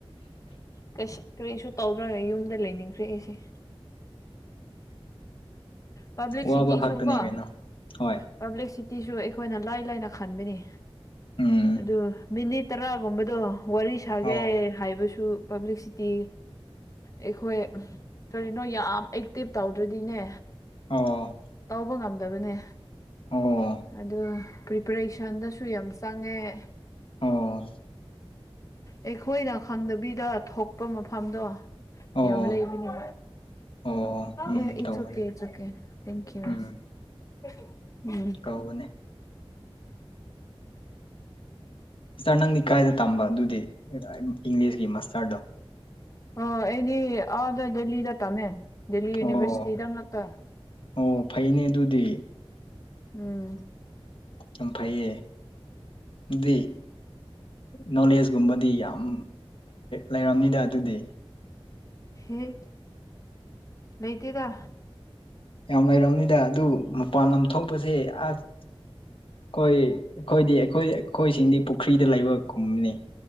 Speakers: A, on the left (about 35°); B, on the left (about 65°).
A: ꯀꯔꯤꯁꯨ ꯇꯧꯗ꯭ꯔꯒ ꯌꯨꯝꯗ ꯂꯩꯅꯤꯡꯈ꯭ꯔꯦ ꯑꯩꯁꯦ ꯫ ꯄꯕ꯭ꯂꯤꯛ
B: ꯋꯥꯕ
A: ꯁꯤꯇꯤꯁꯨ
B: ꯈꯛꯇꯅꯦ
A: ꯀꯣ
B: ꯀꯩꯅꯣ ꯍꯣꯏ
A: ꯄꯥꯕ꯭ꯂꯤꯁꯤꯇꯤꯁꯨ ꯑꯩꯈꯣꯏꯅ ꯂꯥꯏ ꯂꯥꯏꯅ ꯈꯟꯕꯅꯤ
B: ꯎꯝ
A: ꯑꯗꯨ ꯃꯤꯅꯤꯠ ꯇꯔꯥꯒꯨꯝꯕꯗꯣ ꯋꯥꯔꯤ ꯁꯥꯒꯦ
B: ꯑꯣ
A: ꯍꯥꯏꯕꯁꯨ ꯄꯕ꯭ꯂꯤꯁꯤꯇꯤ ꯑꯩꯈꯣꯏ ꯀꯔꯤꯅꯣ ꯌꯥꯝ ꯑꯦꯛꯇꯤꯚ ꯇꯧꯗ꯭ꯔꯗꯤꯅꯦ
B: ꯑꯣ
A: ꯇꯧꯕ ꯉꯝꯗꯕꯅꯦ
B: ꯑꯣ
A: ꯑꯗꯣ ꯄ꯭ꯔꯦꯁꯟꯗꯁꯨ ꯌꯥꯝ ꯆꯪꯉꯦ ꯫
B: ꯑꯣ
A: ꯑꯩꯈꯣꯏꯅ ꯈꯪꯗꯕꯤꯗ ꯊꯣꯛꯄ ꯃꯐꯝꯗꯣ ꯫
B: ꯑꯣ
A: ꯌꯥꯝ ꯂꯩꯕꯅꯤ ꯫
B: ꯑꯣ ꯎꯝ
A: ꯑꯦ ꯏꯠꯆ
B: ꯇꯧꯕꯅꯦ
A: ꯑꯣꯀꯦ ꯏꯠꯆ ꯑꯣꯀꯦ ꯊꯦꯡꯀꯌꯨ
B: ꯎꯝ
A: ꯫ ꯎꯝ
B: ꯀꯧꯕꯅꯦ ꯇꯔ ꯅꯪꯗꯤ ꯀꯥꯏꯗ ꯇꯝꯕ ꯑꯗꯨꯗꯤ ꯏꯪꯂꯤꯁꯀꯤ ꯃꯥꯁꯇꯔꯗꯣ
A: ꯑꯣ ꯑꯩꯗꯤ ꯑꯥꯗ ꯗꯦꯜꯂꯤꯗ ꯇꯝꯃꯦ꯫ ꯗꯦꯜꯂꯤ ꯌꯨꯅꯤꯚꯔꯁꯤꯇꯤꯗꯪ
B: ꯑꯣ
A: ꯅꯛꯇꯣ
B: ꯑꯣ ꯐꯩꯅꯦ ꯑꯗꯨꯗꯤ
A: ꯎꯝ
B: ꯌꯥꯝ ꯐꯩꯌꯦ ꯗꯤ ꯅꯣꯂꯦꯖꯀꯨꯝꯕꯗꯤ ꯌꯥꯝ ꯂꯩꯔꯝꯅꯤꯗ ꯑꯗꯨꯗꯤ
A: ꯍꯦ ꯂꯩꯇꯗ
B: ꯌꯥꯝ ꯍꯩꯔꯝꯅꯤꯗ ꯑꯗꯨ ꯃꯄꯥꯟ ꯂꯝ ꯊꯣꯛꯄꯁꯦ ꯑꯁ ꯑꯩꯈꯣꯏ ꯑꯩꯈꯣꯏꯗꯤ ꯑꯩꯈꯣꯏ ꯑꯩꯈꯣꯏꯁꯤꯡꯗꯤ ꯄꯨꯈ꯭ꯔꯤꯗ ꯂꯩꯕꯒꯨꯝꯅꯤ